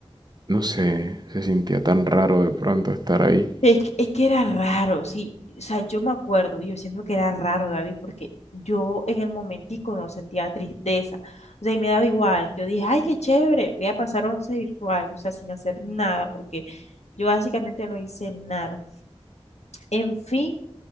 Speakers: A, on the right; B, on the left.
A: No sé, se sentía tan raro de pronto estar ahí.
B: Es que, es que era raro, sí. O sea, yo me acuerdo, yo siento que era raro, David, porque yo en el momentico no sentía tristeza. O sea, y me daba igual. Yo dije, ay, qué chévere, voy a pasar once virtual, o sea, sin hacer nada, porque yo básicamente no hice nada. En fin,